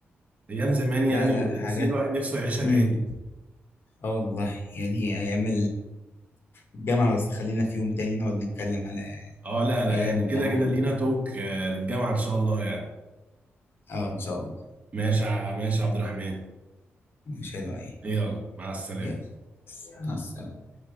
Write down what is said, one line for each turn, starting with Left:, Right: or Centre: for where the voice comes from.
Right: أيام زمان يعني
Left: لا لا
Right: المدرسين
Left: حاجات
Right: الواحد نفسه يعيشها
Left: امم
Right: تاني
Left: اه والله يعني ايام الجامعه بس خلينا في يوم تاني نقعد نتكلم على
Right: اه لا لا
Left: ايام
Right: احنا
Left: الجامعه
Right: كده كده
Left: دي
Right: لينا توك آه، للجامعة إن شاء الله يعني
Left: اه ان شاء الله
Right: ماشي يا- ماشي يا عبد الرحمن
Left: مش حلوه ايه
Right: إيه، يلا مع السلامة
Left: يلا مع السلامه